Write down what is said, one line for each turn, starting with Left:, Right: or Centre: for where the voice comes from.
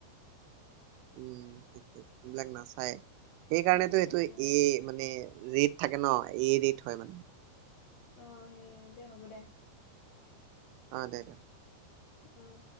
Right: উমি <unintelligible> এইবিলাক নাচায় সেইকাৰণেটো
Left: অ
Right: সেইটো
Left: বাপৰে
Right: এ মানে যিত থাকে ন এৰ দি থয় মানে।
Left: অ সে দে হ'ব দে।
Right: অ দে
Left: আহ